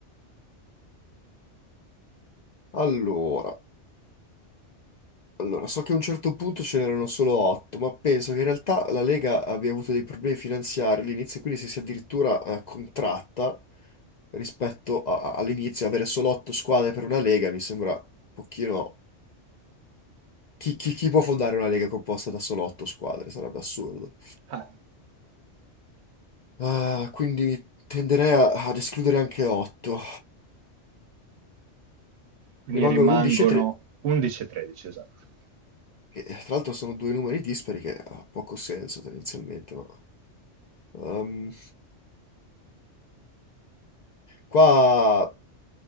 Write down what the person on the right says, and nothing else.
Ah,
quindi
rimangono
11-13, esatto.